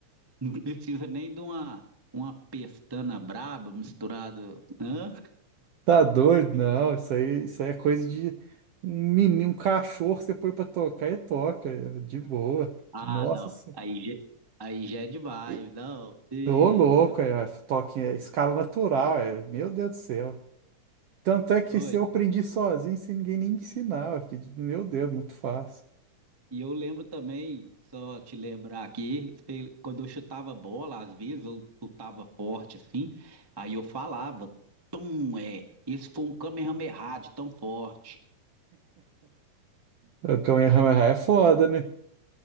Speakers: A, on the right (about 30°); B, on the right (about 70°).
A: Não precisa nem de uma, uma pestana braba misturada. Hã?
B: tá doido? Não, isso aí, isso aí é coisa de um menino, um cachorro, que você põe pra tocar e toca, é, de boa.
A: Ah,
B: Nossa
A: não.
B: Senhora.
A: Aí, já- aí já é demais,
B: E-
A: não. Ei,
B: Ô, louco,
A: Isso é...
B: é, toque, é escala natural, é, meu Deus do céu. Tanto é que
A: Oi.
B: se eu aprendi sozinho, sem ninguém nem me ensinar, eu fiquei de- meu Deus, muito fácil.
A: E eu lembro também, só te lembrar aqui, pe- quando eu chutava bola, às vezes eu chutava forte assim, aí eu falava, Tum, é, esse foi um Kamehameha de tão forte.
B: O Kamehameha é foda, né?